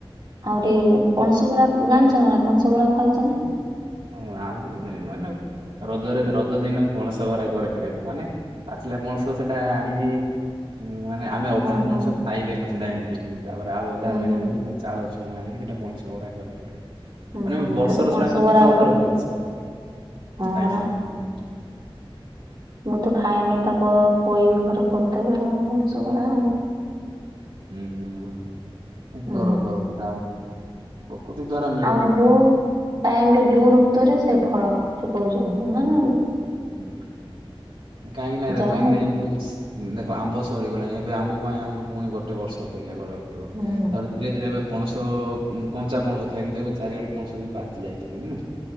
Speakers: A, on the right (about 50°); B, on the right (about 75°).
A: ଆହୁରି ପଣସ ଗୁରା ଜାଣିଛ ନା ନାଇ ଆପଣ ସବୁ ଉରା ଖାଇକି
B: ହୁଁ ଆମ୍ବ ରେ ମାନେ ରଜରେ ରଜ ଦିନ ହିଁ ପଣସ ବରା କରିଥିଲେ ମାନେ ପାଚିଲା ପଣସ ସେଟା ଆଣିକି ମାନେ ଆମେ ଅଧା
A: ଓହୋ।
B: ପଣସ ଖାଇଦେଲୁ ସେଟା ଏମିତି ତାପରେ ଆଉ ଅଧା
A: ହୁଁ
B: ରହିଲା
A: ହୁଁ
B: ଯେମତି ସେ ଚାଉଳ ଚୁନା ଆଣିକି ସେଟା ପଣସ ବରା କରିଥିଲି
A: ହୁଁ
B: ମାନେ ବର୍ଷା
A: ଏବେ ତ
B: ସେଟା
A: ପଣସ
B: ପ୍ରଥମ
A: ବରା ଗୋଟେ
B: ଥର ପଣସ
A: ହଁ
B: ଖାଇଥିଲୁ।
A: ପରା ମୁଁ ତ ଖାଇନି ତାକୁ କହିବି ଘରେ କରିଦେବେ ଆଉ ପଣସ ବରା ଆଉ।
B: ହୁଁ ହୁଁ ହୁଁ ଏଇ
A: ହୁଁ
B: କର କର ଖାଅ। କୁଟି ଦ୍ଵାରାମ୍।
A: ଆହୁରି ଯୋଉ ଟାଇମ ରେ ଯୋଉ ଋତୁରେ ସେ ଫଳ ଯୋଉ କୋଉଚନ୍ତି ନା ନାଇଁ।
B: ହଁ କାହିଁକିନା ଦେଖ
A: ଯାହା
B: ଏଇନେ ମୌସୁ ଦେଖ ଆମ୍ବ ସରିଗଲାଣି ଏବେ ଆମ୍ବ ପାଇଁ ଆମକୁ ପୁଣି ଗୋଟେ ବର୍ଷ ଅପେକ୍ଷା କରିବାକୁ ପଡିବ।
A: ହୁଁ
B: ତାପ ଧୀରେ ଧୀରେ ଏବେ ପଣସ କଞ୍ଚା ପଣସ ଥିଲା କିନ୍ତୁ ଏବେ ଚାରିଆଡେ ପଣସ ବି ପାଚି ଯାଇଥିବଣି ନା।